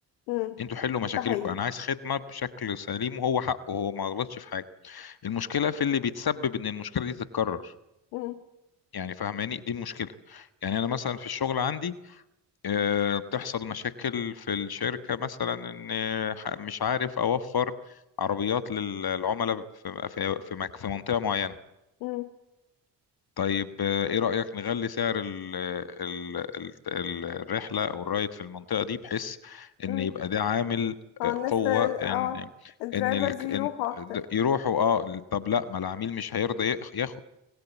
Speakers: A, on the left (about 85°); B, on the left (about 50°).
A: مم.
B: انتوا حلوا مشاكلكم
A: ده حقيقي
B: انا عايز خدمه بشكل سليم وهو حقه هو ما غلطش في حاجه المشكله في اللي بيتسبب ان المشكله دي تتكرر
A: مم.
B: يعني فهماني دي المشكله يعني انا مثلا في الشغل عندي آه، بتحصل مشاكل في الشركه مثلا ان آه، مش عارف اوفر عربيات للعملاء في في في مك- في منطقه معينه
A: مم.
B: طيب آه، ايه رايك نغلي سعر ال ال ال ال- الرحله او الرايد في المنطقه دي بحيث ان
A: مم.
B: يبقى ده عامل
A: اه
B: آه،
A: الناس
B: قوه
A: ت... اه
B: ان
A: الدرايفرز
B: ان ال-
A: يروحوا
B: إن-
A: اكتر
B: يروحوا اه طب لا ما العميل مش هيرضى ياخ- ياخد